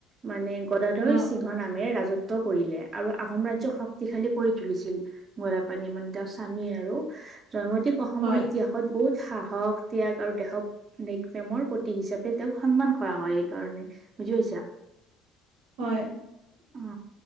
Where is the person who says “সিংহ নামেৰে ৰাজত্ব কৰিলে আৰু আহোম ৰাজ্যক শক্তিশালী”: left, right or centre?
Right